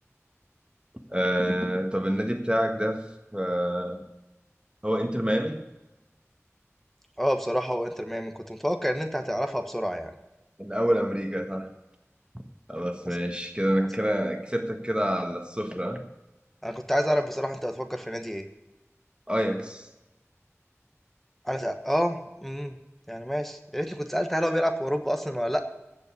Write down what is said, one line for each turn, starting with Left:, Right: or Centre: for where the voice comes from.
Right: آه طب النادي بتاعك ده في آه هو إنتر ميامي
Centre: أه بصراحة هو إنتر ميامي كنت متوقع إن أنت هتعرفها بسرعة يعني
Right: الأول أمريكا صح خلاص
Centre: بس
Right: ماشي كده أنا
Centre: بس
Right: كده كسبتك كده على الصفر آه.
Centre: أنا كنت عايز أعرف بصراحة أنت هتفكر في نادي إيه
Right: أياكس
Centre: أنا سأ... أه أمم يعني ماشي يا ريتني كنت سألت هل هو بيلعب في أوروبا أصلا ولا لأ